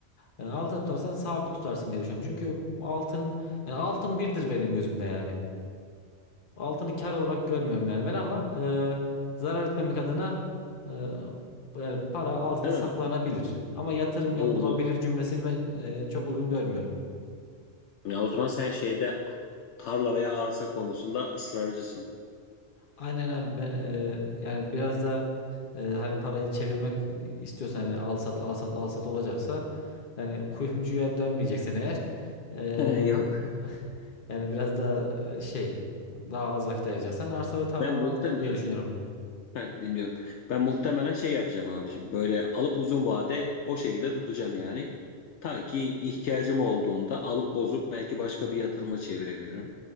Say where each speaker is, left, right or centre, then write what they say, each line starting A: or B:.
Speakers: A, on the left (about 45°); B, on the left (about 75°).
A: yani altını tutarsan sabit tutarsın diye düşünüyorum. Çünkü altının yani altın birdir benim gözümde yani. Altını kar olarak görmüyorum yani ben ama e, zarar etmemek adına e, yani para altına
B: Değil
A: saklanabilir.
B: mi?
A: Ama yatırım yapılabilir
B: Doğru doğru.
A: cümlesini ben e, çok uygun görmüyorum.
B: Ya o zaman sen şeyde tarla veya arsa konusunda ısrarcısın.
A: Aynen abi ben e, yani biraz da e, hani parayı çevirmek istiyorsan hani al sat al sat al sat olacaksa yani kuyumcuya dönmeyeceksen eğer
B: <laughs>
A: e,
B: Yok.
A: <laughs> Yani biraz da şey daha az vakit ayıracaksan arsa ve tarla
B: Ben
A: mantıklı
B: muhtemelen
A: diye düşünüyorum.
B: ha, dinliyorum. Ben muhtemelen şey yapacağım abicim. Böyle alıp uzun vade o şekilde tutacağım yani. Ta ki ihtiyacım olduğunda alıp bozup belki başka bir yatırıma çevirebilirim.